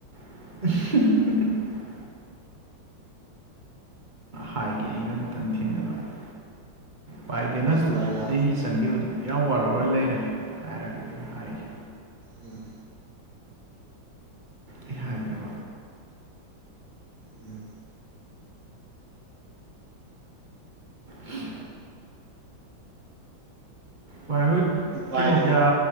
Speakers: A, on the right; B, on the right.
A: <inaudible> ꯍꯥꯏꯒꯦ ꯑꯩꯅ ꯃꯊꯪ ꯊꯦꯡꯅꯔꯛꯑ ꯄꯥꯏ ꯕꯦꯅꯁꯇꯨ
B: ꯍꯥꯏꯁꯦ ꯚꯥꯏꯅ
A: ꯗꯦꯗꯤ ꯆꯪꯈꯤꯕꯗꯨ ꯌꯥꯝ ꯋꯥꯔꯔ ꯂꯩꯔꯦ ꯍꯥꯏꯔꯒ ꯑꯩ ꯍꯥꯏꯒ
B: ꯎꯝ
A: ꯑꯩ ꯍꯥꯏꯒꯦꯕ
B: ꯎꯝ
A: ꯎ ꯍꯣꯏ ꯍꯖꯤꯛ
B: ꯚꯥꯏꯅ
A: ꯀꯩꯅꯣ ꯀꯌꯥ